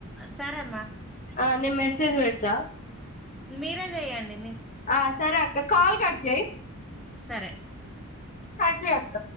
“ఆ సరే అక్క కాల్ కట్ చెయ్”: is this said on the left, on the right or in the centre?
Left